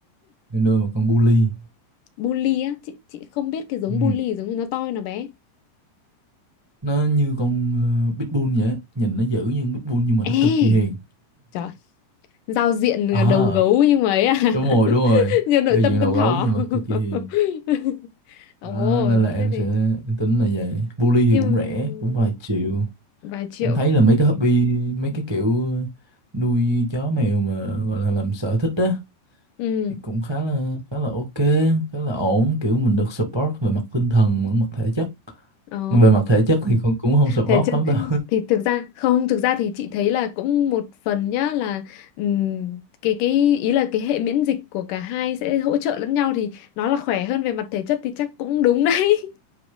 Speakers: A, on the right (about 35°); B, on the left (about 70°).
A: em nuôi một con bully
B: Bully á, chị chị không biết cái giống
A: ừ.
B: bully giống như nó to nó bé.
A: nó như con ờ, pitbull vậy á. nhìn nó dữ như con pitbull nhưng mà
B: Ê,
A: nó cực kỳ hiền
B: trời, giao diện
A: ờ
B: là đầu gấu nhưng mà ấy à.
A: đúng rồi đúng rồi
B: <laughs> Như nội
A: giao diện
B: tâm
A: đầu
B: con thỏ.
A: gấu nhưng mà cực kỳ hiền
B: <laughs> Ồ,
A: đó nên là em
B: thế thì
A: sẽ em tính là vậy bully thì
B: nhưng
A: cũng rẻ cũng vài triệu
B: vài triệu.
A: em thấy là mấy cái
B: thì-
A: hobby mấy cái kiểu nuôi chó mèo mà gọi là làm sở thích á
B: Ừ,
A: thì cũng khá là khá là ok khá là ổn kiểu mình được support về mặt tinh thần lẫn mặt thể chất
B: ồ.
A: về mặt thể chất thì cũng cũng không support
B: Thế chứ
A: lắm đâu
B: thì thực ra không, thực ra thì chị thấy là cũng một phần nhá là ừm, cái cái ý là cái hệ miễn dịch của cả hai sẽ hỗ trợ lẫn nhau thì nó là khỏe hơn về mặt thể chất thì chắc cũng đúng đấy.